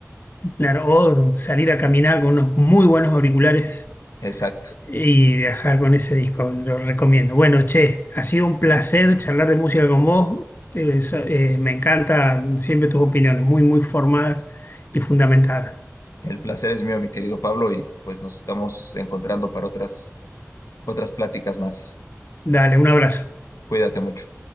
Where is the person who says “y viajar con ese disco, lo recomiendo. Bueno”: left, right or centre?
Left